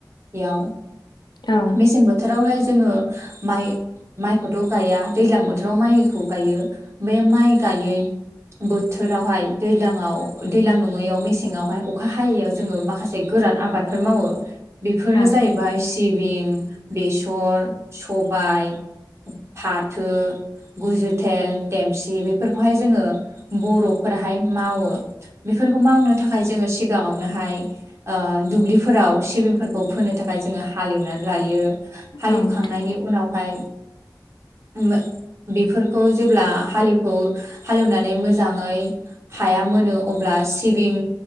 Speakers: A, on the right; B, on the left.
A: याव
B: औ
A: मेसें बोथोरावहाय जोङो माइ माइखौथ' गाया दैज्लां बोथोराव माइखौ गायो बे माइ गायै बोथोरावहाय दैलांआव दैज्लां नङैआव मेसेङावहाय अखा हायैयाव जोङो माखासे गो रान आबादफोर मावो बेफोरो
B: औ
A: जाहैबाय सिबिं। बेसर, सबाय। फाथो, गुजुथेल, देमसि बे फोरखौहाय जोङो बर'फोराहाय मावो बेफोरखौ मावनो थाखाय जोङो सिगाङावनोहाय हाय ओ-दुब्लिफोराव सिबिंफोरखौ फोनो थाखाय जोङो हालेवनानै लायो हालेवखांनायनि
B: औ नोंथां
A: उ उनावहाय <unintelligible> बेफोरखौ जेब्ला हालेवखौ। हालेवनानै मोजाङै हाया मोनो अब्ला सिबिं।